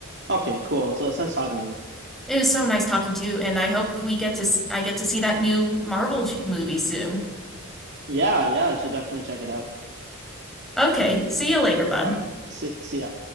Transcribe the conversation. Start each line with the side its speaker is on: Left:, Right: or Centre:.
Right: Okay, cool. So it's nice talking to you.
Centre: It was so nice talking to you, and I hope we get to s- I get to see that new Marvel sh- movie soon.
Right: Yeah, yeah. I should definitely check it out.
Centre: Okay, see you later, bud.
Right: All right. See, see ya.